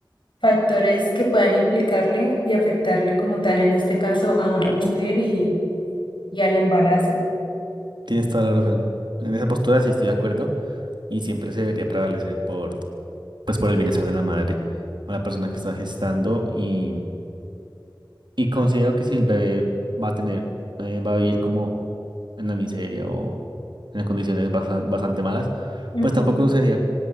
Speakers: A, on the left; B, on the right.
A: factores que puedan implicarle y afectarle como tal, en este caso, a una mujer y, y al embarazo.
B: Tienes toda la razón. En esa postura sí estoy de acuerdo y siempre se debería prevalecer por, pues, por el bienestar de la madre o la persona que está gestando y, y considero que si el bebé va a tener, eh, va a vivir como en la miseria o en las condiciones basa- bastante malas,
A: Ujú.
B: pues tampoco sería